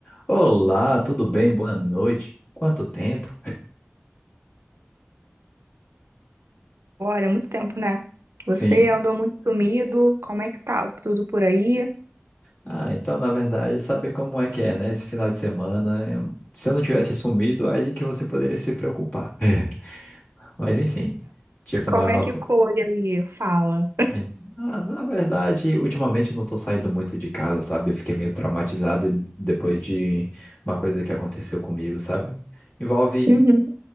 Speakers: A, on the left; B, on the right.
A: Olá, tudo bem? Boa noite. Quanto tempo?
B: Olha, muito tempo, né? Você
A: Sim.
B: andou muito sumido. Como é que tá tudo por aí?
A: Ah, então, na verdade, saber como é que é, né? Esse final de semana, eu- se eu não tivesse sumido, aí que você poderia se preocupar. <laughs> Mas, enfim, tipo,
B: Como
A: na nossa.
B: é que foi aí? Fala.
A: aí- Ah, na verdade, ultimamente eu não tô saindo muito de casa, sabe? Eu fiquei meio traumatizado depois de uma coisa que aconteceu comigo, sabe? Envolve
B: Uhum.